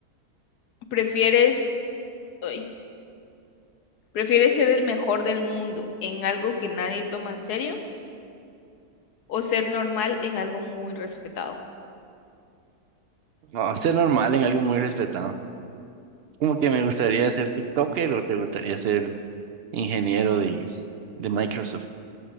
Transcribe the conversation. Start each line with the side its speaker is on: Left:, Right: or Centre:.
Left: ¿Prefieres, ay, prefieres ser el mejor del mundo en algo que nadie toma en serio? o ser normal en algo muy respetado.
Right: No, ser normal en algo muy respetado. Como que me gustaría ser TikToker o te gustaría ser ingeniero de, de Microsoft.